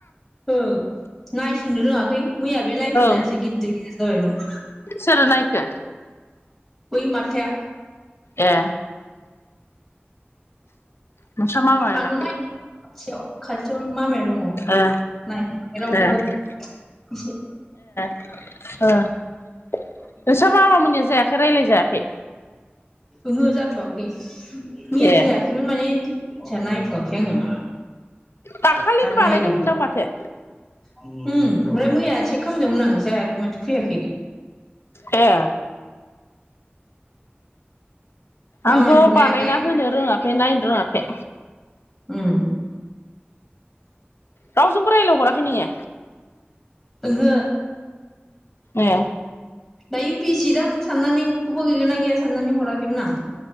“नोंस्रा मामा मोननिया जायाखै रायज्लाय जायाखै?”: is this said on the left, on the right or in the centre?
Left